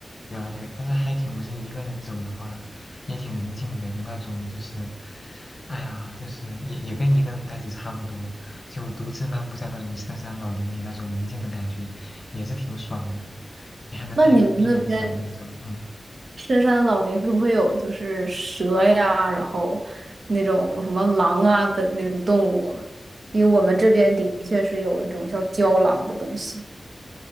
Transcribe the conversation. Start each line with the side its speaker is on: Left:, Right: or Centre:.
Left: 对啊对啊但是 hiking 我是一个人走的话，也挺宁静的，有那种就是，哎呀，就是也也跟一个人呆着差不多，就独自漫步在那种深山老林里那种宁静的感觉，也是挺爽的。你还能边边冥想边走，
Right: 那你们那边
Left: 嗯。
Right: 深山老林会不会有就是蛇呀，然后那种什么狼啊的那种动物啊因为我们这边的确是有那种叫郊狼的东西。